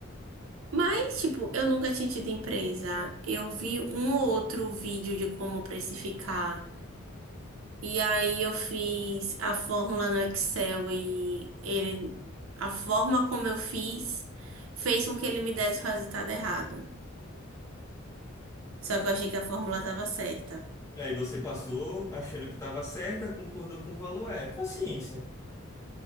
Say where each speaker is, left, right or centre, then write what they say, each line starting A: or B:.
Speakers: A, on the right; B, on the left.
A: Mas, tipo, eu nunca tinha tido empresa. Eu vi um ou outro vídeo de como precificar. E aí eu fiz a fórmula no Excel e ele, a forma como eu fiz fez com que ele me desse o resultado errado. Só que eu achei que a fórmula estava certa.
B: Aí você passou achando que estava certa, concordou com o valor, é paciência.